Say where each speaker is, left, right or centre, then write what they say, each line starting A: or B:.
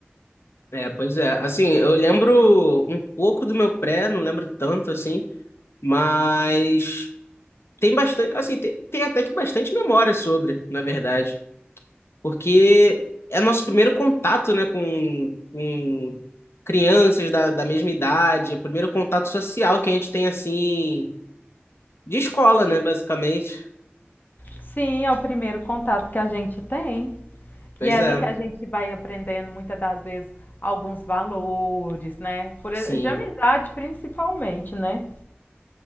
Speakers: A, on the left; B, on the left.
A: É, pois é. Assim, eu lembro um pouco do meu pré, não lembro tanto assim, mas tem bastante, assim, tem, tem até que bastante memória sobre, na verdade, porque é nosso primeiro contato, né, com, com crianças da, da mesma idade, é o primeiro contato social que a gente tem, assim, de escola, né, basicamente.
B: Sim, é o primeiro contato que a gente tem.
A: Pois
B: E é
A: é,
B: ali que a gente vai aprendendo muitas das vezes alguns valores, né? Por
A: sim.
B: ex- de amizade principalmente, né?